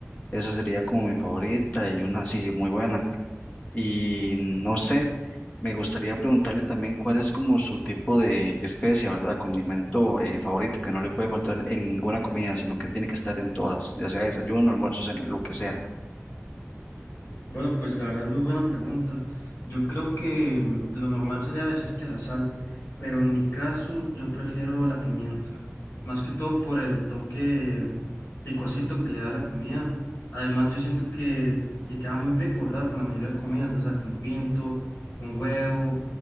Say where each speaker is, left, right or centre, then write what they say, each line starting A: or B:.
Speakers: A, on the left (about 25°); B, on the left (about 60°).
A: Esa sería como mi favorita y una así muy buena. Y no sé, me gustaría preguntarle también cuál es como su tipo de especie, ¿verdad? Condimento eh, favorito que no le puede faltar en ninguna comida, sino que tiene que estar en todas, ya sea desayuno, almuerzo, cena, lo que sea.
B: Bueno, pues la verdad, muy buena pregunta. Yo creo que mm, lo normal sería decir que la sal, pero en mi caso yo prefiero la pimienta, más que todo por el toque mm, picosito que le da la comida. Además, yo siento que, que queda muy rico, ¿verdad? Con la mayoría de comidas, o sea, con pinto, con huevo,